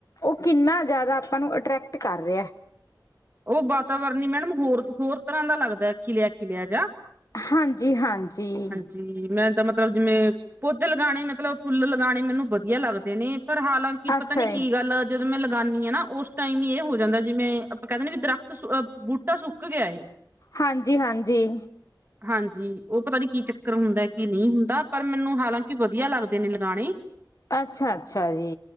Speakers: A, on the left; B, on the right.
A: ਓ ਕਿੰਨਾ ਜਾਦਾ ਆਪਾਂ ਨੂੰ ਅਟਰ੍ਰੈਕਟ ਕਾੱਰ ਰੇਆ।
B: ਓ ਵਾਤਾਵਰਨ ਈ ਮੈਡਮ ਹੋਰ, ਹੋਰ ਤਰਾਂ ਦਾ ਲੱਗਦਾ ਐ। ਖਿਲੇਆ-ਖਿਲੇਆ ਜਾ
A: ਹਾਂਜੀ, ਹਾਂਜੀ।
B: ਜੀ ਮੈਂ ਤਾਂ ਮਤਲਬ ਜਿਵੇਂ ਪੋਧੇ ਲਗਾਣੇ ਮਤਲਬ ਫੁੱਲ ਲਗਾਣੇ ਮੈਨੂੰ ਵਦੀਆ ਲਾੱਗਦੇ ਨੇ। ਪਰ ਹਾਲਾਂ ਕਿ
A: ਅੱਛਾ
B: ਪਤਾ ਨੀ ਕੀ
A: ਜੀ
B: ਗਾੱਲ ਜਦੋਂ ਮੈਂ ਲਗਾਨੀ ਆਂ ਨਾ ਓਸ ਟਾਈਮ ਈ ਏ ਹੋ ਜਾਂਦਾ ਜਿਵੇਂ ਆਪਾਂ ਕੈਦਿਨੇ ਵੀ ਦਰ <unintelligible> ਬੂਟਾ ਸੁੱਕ ਗੇਆ ਏਹੇ
A: ਹਾਂਜੀ, ਹਾਂਜੀ।
B: ਹਾਂਜੀ, ਓ ਪਤਾ ਨੀ ਕੀ ਚੱਕਰ ਹੁੰਦਾ ਕੀ ਨੀ ਹੁੰਦਾ ਪਰ ਮੈਨੂੰ ਹਾਲਾਂਕਿ ਵਦੀਆ ਲਾੱਗਦੇ ਨੇ ਲਗਾਣੇ
A: ਅੱਛਾ, ਅੱਛਾ ਜੀ।